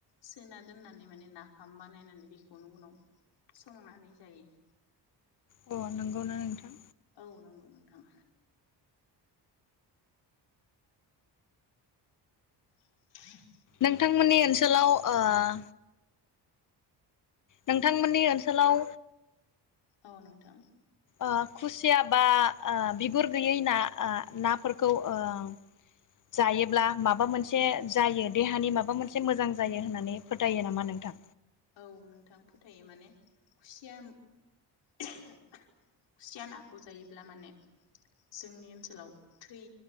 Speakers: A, on the left; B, on the left.
A: सोना दोननानै माने नाफाम बानायनानै बेखौनो उनाव संनानै जायो
B: अ नोंगौना नोंथां
A: औ नंगौ नोंथां <inaudible>
B: नोंथांमोननि ओनसोलाव ओह नोंथांमोननि ओनसोलाव
A: औ नोंथां
B: ओ खुसिया बा ओ बिगुर गैयै ना ओ नाफोरखौ ओह जायोब्ला माबा मोनसे जायो देहानि माबा मोनसे मोजां जायो होननानै फोथायो नामा नोंथां?
A: औ नोंथां फोथायो माने खुसिया खुसिया नाखौ जायोब्ला माने जोंनि ओनसोलाव थै